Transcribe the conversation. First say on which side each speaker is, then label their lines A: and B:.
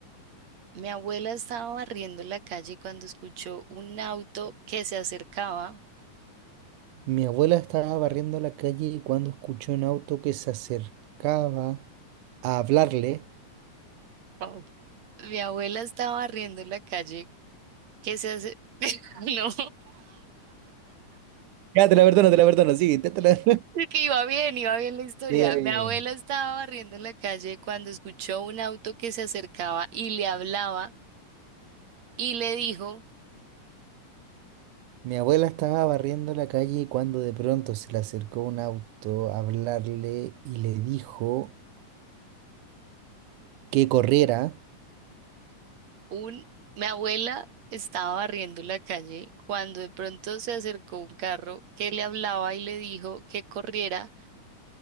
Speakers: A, on the right; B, on the right.
A: mi abuela estaba barriendo la calle cuando escuchó un auto que se acercaba.
B: Mi abuela estaba barriendo la calle cuando escuchó un auto que se acercaba a hablarle.
A: Oh. Mi abuela estaba barriendo la calle. ¿Qué se hace? <laughs> No.
B: Ya, te la perdono, te la perdono, sigue, inténtala. <laughs>
A: Es que iba bien, iba bien la historia.
B: Diga, diga,
A: Mi abuela
B: diga.
A: estaba barriendo la calle cuando escuchó un auto que se acercaba y le hablaba y le dijo
B: Mi abuela estaba barriendo la calle cuando de pronto se le acercó un auto a hablarle y le dijo que corriera.
A: un... Mi abuela estaba barriendo la calle cuando de pronto se acercó un carro que le hablaba y le dijo que corriera